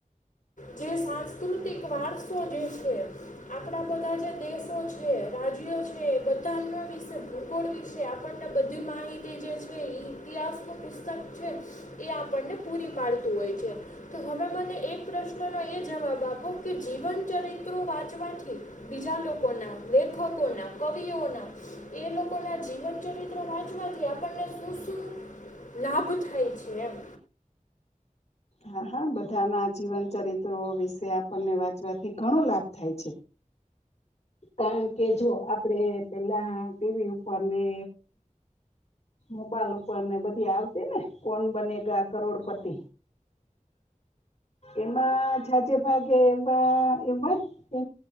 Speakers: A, on the left; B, on the left.
A: જે સાંસ્કૃતિક વારસો જે છે આપણા બધા જે દેશો છે રાજ્યો છે એ બધા અ વિશે ભૂગોળ વિશે આપણને બધી માહિતી જે છે ઇતિહાસ નું પુસ્તક છે એ આપણને પૂરી પાડતું હોય છે તો હવે મને એક પ્રશ્નનો એ જવાબ આપો કે જીવનચરિત્રો વાંચવાથી બીજા લોકોના લેખકોના કવિઓના એ લોકોના જીવનચરિત્ર વાચવાથી આપણને શું શું લાભ થાય છે એમ
B: હા હા બધાના જીવન ચરિત્રો વિશે આપણને વાંચવાથી ઘણો લાભ થાય છે કારણ કે જો આપડે પેલા ટીવી ઉપર ને મોબાઈલ ઉપર ને બધી આવતી ને કોણ બનેગા કરોડપતિ એમાં જાજે ભાગે એવા એવા જ